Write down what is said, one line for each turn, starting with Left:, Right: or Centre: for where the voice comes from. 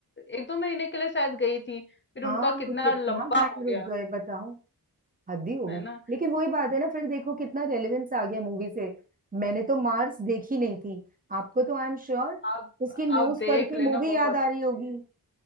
Left: एक दो महीने के लिए शायद गई थी फिर
Right: हाँ
Left: उनका कितना
Right: कितना
Left: लंबा
Right: टाइम
Left: हो गया
Right: रुक गए बताओ हद ही हो गई
Left: है ना
Right: लेकिन वही बात है ना फिर देखो कितना रेलेवेंस आ गया मूवी से मैंने तो मार्स देखी नहीं थी आपको तो आई एम श्योर
Left: आप
Right: उसकी न्यूज
Left: आप देख
Right: पढ़ के
Left: लेना
Right: मूवी
Left: बहुत
Right: याद आ
Left: अच्छी
Right: रही होगी
Left: है